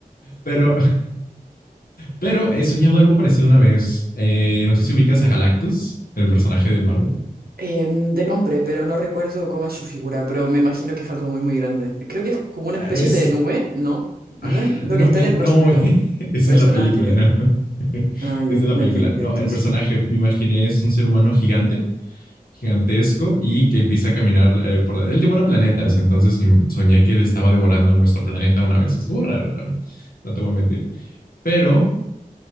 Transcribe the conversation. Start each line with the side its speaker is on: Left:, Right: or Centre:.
Left: Pero, pero he soñado algo parecido una vez. Eh, no sé si ubicas a Galactus, el personaje de Marvel.
Right: Em, de nombre, pero no recuerdo cómo es su figura, pero me imagino que es algo muy, muy grande. Creo que es como una especie
Left: Es.
Right: de nube, ¿no? ¿No
Left: ah,
Right: es lo
Left: no,
Right: que está
Left: eh,
Right: en el
Left: no,
Right: basurero?
Left: <laughs> esa
Right: Eso
Left: es la película,
Right: nada que ver.
Left: ¿no? <laughs>
Right: Ah, ya,
Left: Esa Es la
Right: me
Left: película.
Right: equivoqué
Left: No,
Right: entonces.
Left: el personaje, me imaginé, es un ser humano gigante gigantesco y que empieza a caminar eh, por la... Él devora planetas, entonces im- soñé que él estaba devorando nuestro planeta una vez. Estuvo raro también, no te voy a mentir. Pero